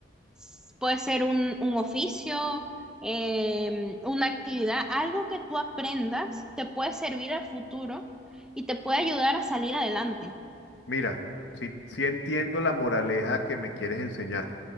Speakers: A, in the centre; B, on the left.
A: s- puede ser un, un oficio, em, una actividad, algo que tú aprendas te puede servir al futuro y te puede ayudar a salir adelante.
B: Mira, sí, sí entiendo la moraleja que me quieres enseñar